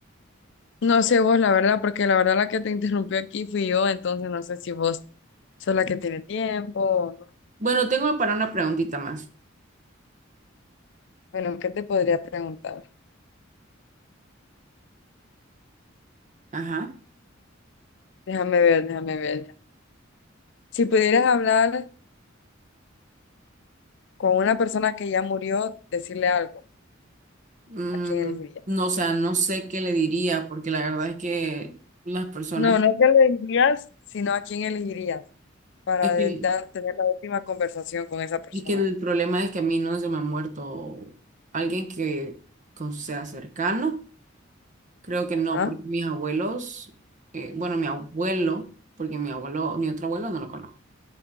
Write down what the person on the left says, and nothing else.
No sé vos, la verdad, porque la verdad la que te <laughs> interrumpió aquí fui yo, entonces no sé si vos sos la que tiene tiempo.
Bueno, ¿qué te podría preguntar?
Déjame ver, déjame ver. Si pudieras hablar con una persona que ya murió, decirle algo,
¿a quién elegirías?
No, no que le dirías, sino a quién elegirías para
de- dar- tener la última conversación con esa persona.
Ajá.